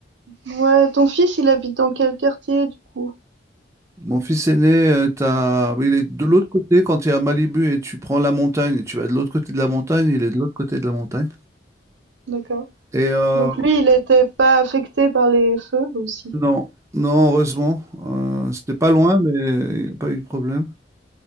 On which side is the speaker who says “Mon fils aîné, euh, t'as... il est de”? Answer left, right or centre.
Right